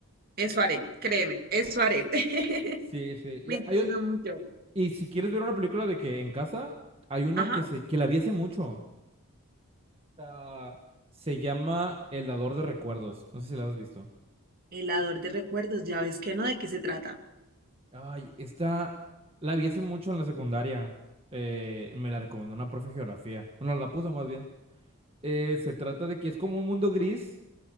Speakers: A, on the right; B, on the right.
A: eso haré, créeme, eso haré. <laughs>
B: Sí, sí. Y,
A: Me interesa
B: hay o-
A: mucho.
B: y si quieres ver una película de que en casa, hay una
A: Ajá.
B: que se, que la vi hace mucho. Ah, se llama El Dador de Recuerdos. No sé si la has visto.
A: Helador de recuerdos, ya ves que no, ¿de qué se trata?
B: Ay, esta la vi hace mucho en la secundaria. Eh, me la recomendó una profe de geografía. Bueno, la puso más bien. Eh, se trata de que es como un mundo gris